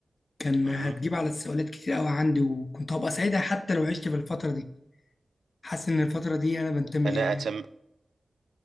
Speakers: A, on the left (about 60°); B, on the right (about 85°).
A: كان
B: مهم.
A: هتجيب على السؤالات كتير قوي عندي وكنت هبقى سعيدة حتى لو عشت في الفترة دي حاسس إن الفترة دي أنا بنتمي
B: أنا
A: ليها يعني
B: أتم...